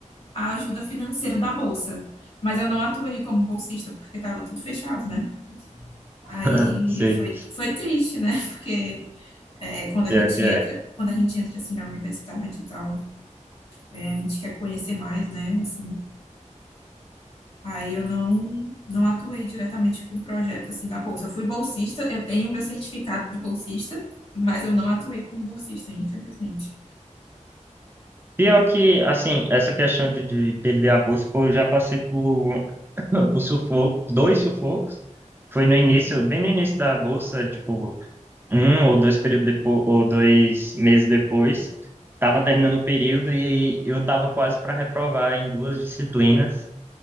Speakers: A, on the left; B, on the right.
A: a ajuda financeira da bolsa, mas eu não atuei como bolsista porque estava tudo fechado, né? Aí
B: <laughs> Sei.
A: foi, foi triste, né? <laughs> Porque é, quando a
B: Pior
A: gente
B: que
A: entra,
B: é.
A: quando a gente entra assim na universidade e tal, é, a gente quer conhecer mais, né? Assim, aí eu não não atuei diretamente com o projeto assim da bolsa. Eu fui bolsista, eu tenho meu certificado de bolsista, mas eu não atuei como bolsista, infelizmente.
B: Pior que, assim, essa questão de, de perder a bolsa, pô, eu já passei por, <laughs> por sufoco, dois sufocos. Foi no início, bem no início da bolsa, tipo. um ou dois períodos depois, ou dois meses depois, estava terminando o período e eu estava quase para reprovar em duas disciplinas.